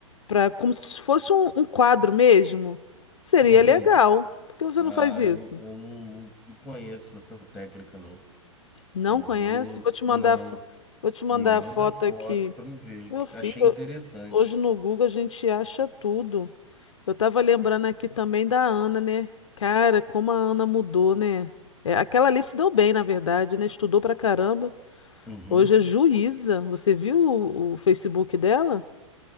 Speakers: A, on the left; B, in the centre.
A: pra, como se fosse um, um quadro mesmo. Seria
B: Uhum.
A: legal. Por que você
B: Ah,
A: não faz isso?
B: eu, não- eu não, não conheço essa técnica, não.
A: Não
B: Eu
A: conhece?
B: vou.
A: Vou te mandar,
B: Não.
A: fo- vou te mandar
B: Me manda
A: a foto
B: foto
A: aqui.
B: pra me ver.
A: Meu filho,
B: Achei interessante.
A: hoje no Google a gente acha tudo. Eu tava lembrando aqui também da Ana, né? Cara, como a Ana mudou, né? É, aquela ali se deu bem, na verdade, né? Estudou pra caramba.
B: Uhum.
A: Hoje é juíza. Você viu o, o Facebook dela?